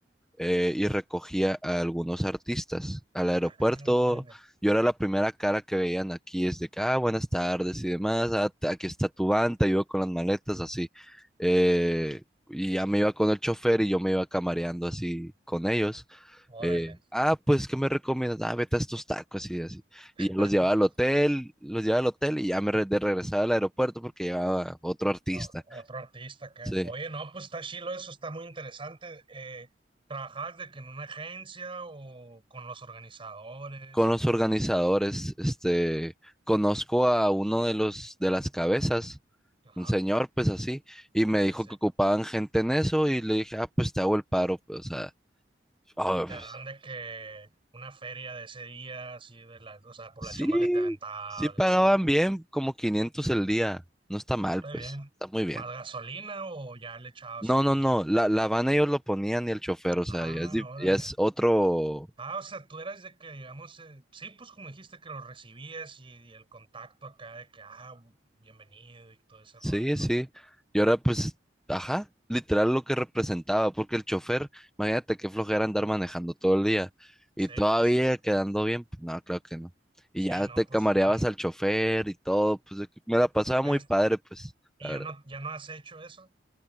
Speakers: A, in the centre; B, on the right (about 30°).
A: eh, y recogía a algunos artistas al aeropuerto.
B: Ah, órale.
A: Yo era la primera cara que veían aquí, es de que, ah, buenas tardes y demás, ah, t- aquí está tu van, te ayudo con las maletas, así. Eh, y ya me iba con el chofer y yo me iba camareando así con ellos
B: Órale.
A: eh, ah, pues, ¿qué me recomiendas? Ah, vete a estos tacos y así.
B: <laughs>
A: Y ya los llevaba al hotel, los llevaba al hotel y ya me re- de regresaba al aeropuerto porque llevaba otro artista.
B: Ah, Otro artista acá.
A: Sí.
B: Oye, no, pues está chilo eso, está muy interesante. Eh, ¿trabajas de que en una agencia o con los organizadores?
A: Con
B: O...
A: los organizadores, este, conozco a uno de los, de las cabezas,
B: Ajá,
A: un señor, pues así, y me
B: sí,
A: dijo
B: sí.
A: que ocupaban gente en eso y le dije, ah, pues te hago el paro, pues, o sea, ah,
B: Y te
A: pues,
B: dan de que una feria de ese día, así de la, o sea, por
A: sí,
B: la chamba que te aventabas,
A: sí pagaban
B: así,
A: bien, como 500 el día, no está
B: está
A: mal, pues,
B: bien.
A: está muy bien.
B: ¿Más gasolina o ya le echabas
A: No,
B: ahí?
A: no, no, la, la van ellos lo ponían y el chofer, o sea,
B: Ah,
A: ya es, di-
B: órale.
A: ya es otro,
B: Ah, o sea, tú eras de que, digamos, eh, sí, pues como dijiste que lo recibías y, y el contacto acá de que, ah, bienvenido y todo ese
A: sí,
B: rollo, ¿no?
A: sí. Y ahora pues, ajá, literal lo que representaba, porque el chofer, imagínate qué flojera andar manejando todo el día y
B: Sí,
A: todavía
B: pues sí.
A: quedando bien, pues no, claro que no. Y
B: Sí,
A: ya
B: no,
A: te
B: pues
A: camareabas
B: es como,
A: al chofer y todo, pues de que me la pasaba
B: pues,
A: muy padre, pues,
B: y
A: la
B: ya
A: verdad.
B: no, ya no has hecho eso,